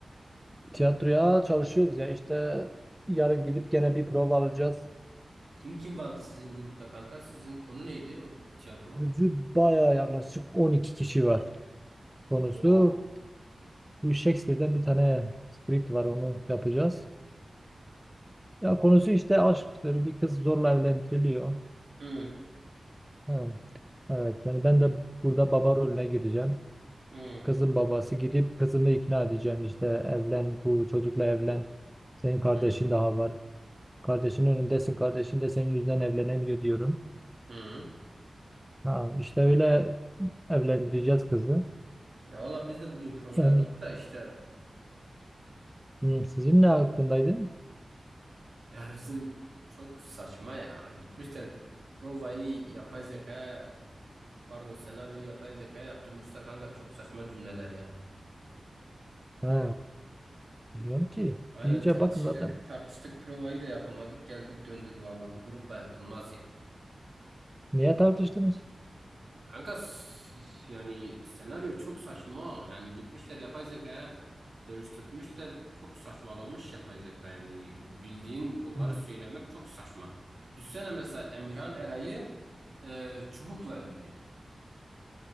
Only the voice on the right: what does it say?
Kim kim vardı sizin grupta kanka? Sizin konu neydi o tiyatro?
Oha.
Hı,
hı,
hı,
hı.
Ya valla biz de bugün prova
yaptık da işte
ya bizim çok saçma ya. Gitmişler provayı yapay zekaya pardon senaryoyu yapay zekaya yaptırmışlar kanka çok saçma cümleler ya.
Aynen
tartıştık
tartıştık provayı da yapamadık geldik döndük valla bu grupla yapılmaz ya.
Kanka s- s- yani senaryo çok saçma. Yani gitmişler yapay zekaya dönüştürtmüşler. Çok saçmalamış yapay zeka. Yani bildiğin bunları
söylemek çok saçma. Düşsene mesela Emirhan Eray'ı e, çubukla öldürüyor.